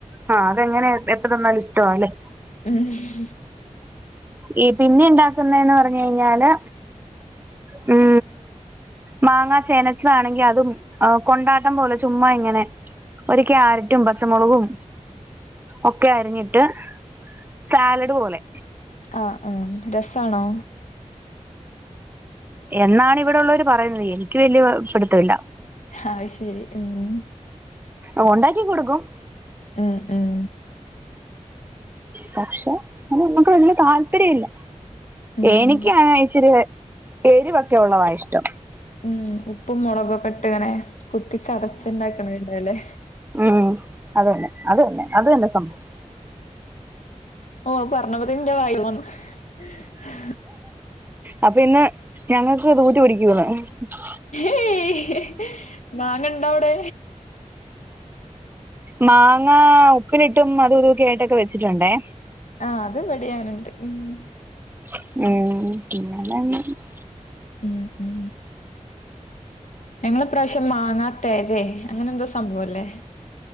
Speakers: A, on the right; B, on the left.
A: ആ അതെങ്ങനെ എപ്പ തന്നാലും ഇഷ്ടമാല്ലെ?
B: മ്.
A: ഈ പിന്നെ ഇണ്ടാക്കുന്നെന്ന് പർഞ്ഞയ്ഞ്ഞാല് മ് മാങ്ങാ ചേനച്ചതാണെങ്കി അതും കൊണ്ടാട്ടം പോലെ ചുമ്മാ ഇങ്ങനെ ഒര് ക്യാരറ്റും പച്ചമുളകും. ഒക്കെ അരിഞ്ഞിട്ട് സാലഡ് പോലെ.
B: ആഹ് ആ രസാണോ?
A: എന്നാണ് ഇവിടെള്ളോര് പറയുന്നത് എനിക്ക് വല്യ പിട്ത്ത്ല്ല.
B: അഹ് ശെരി ഉം.
A: ഒ ഉണ്ടാക്കി കൊട്ക്കും.
B: മ് മ്.
A: പക്ഷെ അത് ന്നമ്മക്ക് വല്ല്യ താല്പര്യല്ല.
B: ഉം
A: എനിക്കാണെ ഇച്ചിരി എരിവൊക്കെ ഉള്ളതാ ഇഷ്ടം.
B: മ് ഉപ്പും മുളകൊക്കെ ഇട്ട് ഇങ്ങനെ കുത്തിച്ചതച്ച് ഇണ്ടാക്ക്ണണ്ടല്ലേ?
A: മ് മ് അത്‌ തന്നെ അത്‌ തന്നെ അത് തന്നെ സംഭവം.
B: ഓ അഹ് പർഞ്ഞ പോതിന് എന്റെ വായില് വെള്ളം വന്നു. ഉം <unintelligible>
A: അപ്പൊ ഇന്ന് ഞങ്ങക്ക് <unintelligible>
B: ഏയ് മാങ്ങണ്ടവ്ടെ?
A: മാങ്ങ ഉപ്പിലിട്ടും അതും ഇതും ഒക്കെ ആയിട്ട് വെച്ചിട്ടുണ്ടേ.
B: ആ അത് ഇവിടീം അങ്ങനെണ്ട് മ്.
A: ഉം <unintelligible>
B: ഉം ഉം ഞങ്ങള് ഇപ്രാവശ്യം മാങ്ങാത്തെരെ അങ്ങനെ എന്തോ സംഭവല്ലേ?